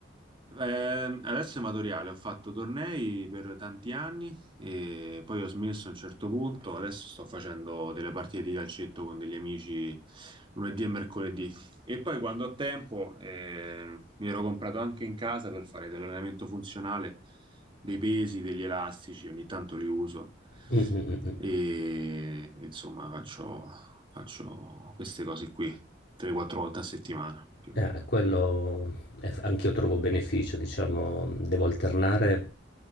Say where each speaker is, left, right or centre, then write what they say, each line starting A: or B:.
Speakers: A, on the right (about 30°); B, on the left (about 60°).
A: Eh, adesso è amatoriale, ho fatto tornei per tanti anni e poi ho smesso a un certo punto. Adesso sto facendo delle partite di calcetto con degli amici lunedì e mercoledì. E poi quando ho tempo, eh, mi ero comprato anche in casa per fare dell'allenamento funzionale, dei pesi, degli elastici, ogni tanto li uso.
B: Mm, mm, mm, mm.
A: E insomma, faccio, faccio queste cose qui 3-4 volte a settimana più
B: Eh,
A: o meno.
B: quello è- anch'io trovo beneficio, diciamo, devo alternare